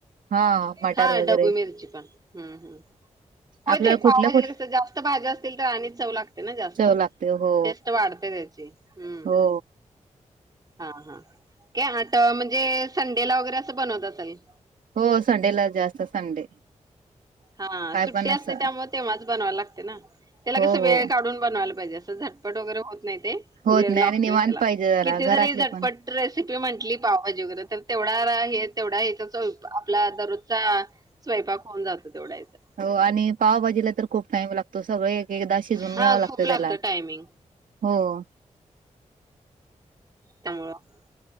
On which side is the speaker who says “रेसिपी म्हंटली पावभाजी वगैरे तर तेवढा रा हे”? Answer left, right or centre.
Right